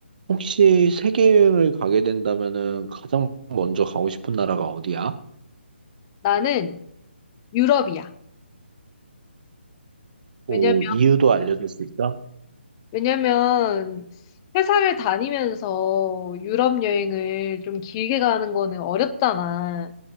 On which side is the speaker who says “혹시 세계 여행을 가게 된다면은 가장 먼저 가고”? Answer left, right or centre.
Right